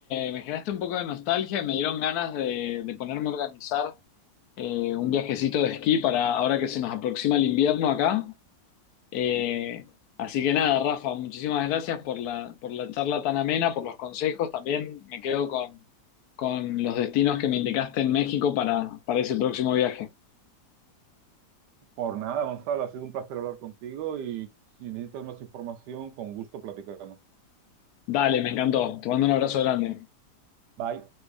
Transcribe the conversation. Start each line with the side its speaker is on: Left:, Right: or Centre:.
Left: me generaste un poco de nostalgia, y me dieron ganas de, de ponerme a organizar eh, un viajecito de esquí para ahora que se nos aproxima el invierno acá. Eh, así que nada, Rafa, muchísimas gracias por la, por la charla tan amena, por los consejos. También me quedo con, con los destinos que me indicaste en México para, para ese próximo viaje.
Right: Por nada, Gonzalo, ha sido un placer hablar contigo y si necesitas más información, con gusto platicamos.
Left: Dale, me encantó. Te mando un abrazo grande.
Right: Bye.